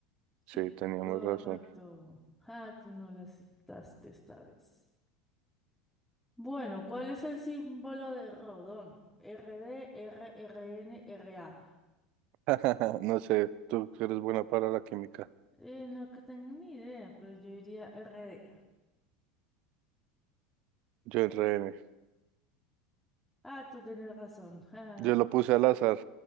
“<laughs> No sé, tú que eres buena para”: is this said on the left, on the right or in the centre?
Right